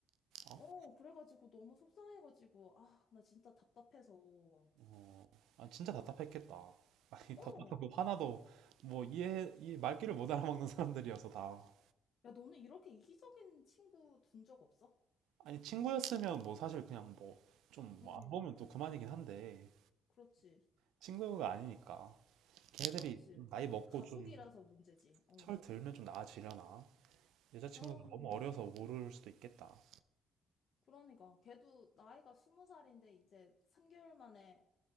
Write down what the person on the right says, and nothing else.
어?
어, 아, 진짜 답답했겠다. <laughs> 아니,
답답하고 화나도 뭐 이해, 이 말귀를 못 알아먹는 사람들이어서 다.
아니, 친구였으면 뭐 사실 그냥 뭐, 좀
뭐 안 보면 또 그만이긴 한데,
친구가 아니니까. 걔들이
좀 나이 먹고
좀
철 들면 좀 나아지려나? 여자친구가
너무
어려서 모를 수도 있겠다.